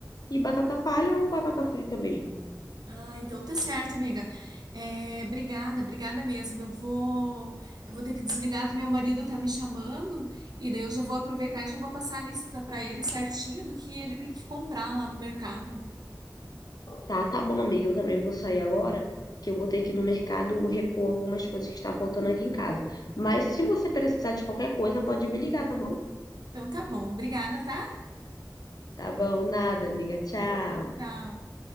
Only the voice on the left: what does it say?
e batata palha ou batata frita mesmo.
Tá, tá bom, amiga. Eu também vou sair agora, que eu vou ter que ir no mercado repor algumas coisas que está faltando aqui em casa. Mas se você precisar de qualquer coisa, pode me ligar, tá bom?
Tá bom, nada, amiga. Tchau.